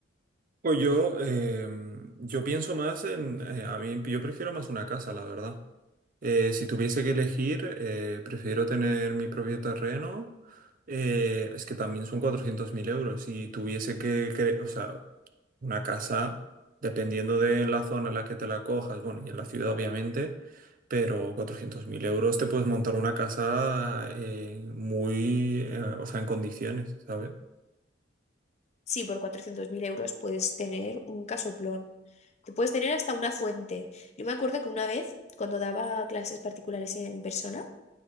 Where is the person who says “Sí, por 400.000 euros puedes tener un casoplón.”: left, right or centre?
Left